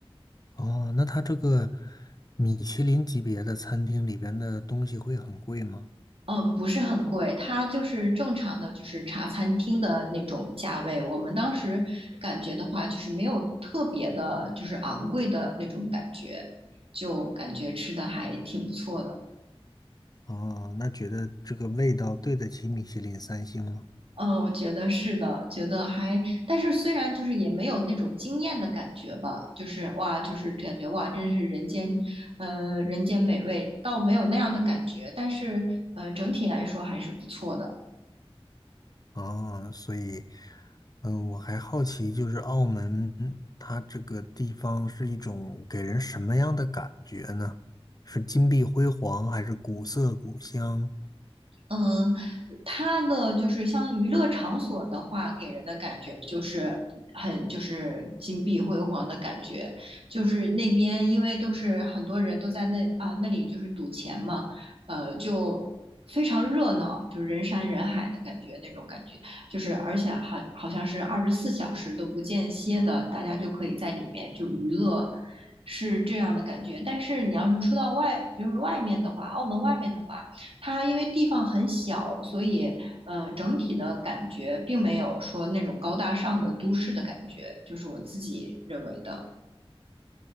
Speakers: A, on the left; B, on the right.
A: 哦，那它这个米其林级别的餐厅里边的东西会很贵吗？
B: 嗯，不是很贵，它就是正常的，就是茶餐厅的那种价位。我们当时感觉的话，就是没有特别的，就是昂贵的那种感觉，就感觉吃的还挺不错的。
A: 哦，那觉得这个味道对得起米其林三星吗？
B: 嗯，我觉得是的，觉得还，但是虽然就是也没有那种惊艳的感觉吧，就是哇，就是感觉哇，真是人间，呃，人间美味，倒没有那样的感觉，但是呃，整体来说还是不错的。
A: 哦，所以，嗯、我还好奇，就是澳门它这个地方是一种给人什么样的感觉呢？是金碧辉煌，还是古色古香？
B: 嗯，它的就是像娱乐场所的话，给人的感觉就是很就是金碧辉煌的感觉，就是那边因为都是很多人都在那啊那里就是赌钱嘛，呃就非常热闹，就是人山人海的感觉那种感觉，就是而且还好像是二十四小时都不间歇的，大家就可以在里面就娱乐。是这样的感觉，但是你要是出到外，就是外面的话，澳门外面的话。它因为地方很小，所以呃，整体的感觉并没有说那种高大上的都市的感觉，就是我自己认为的。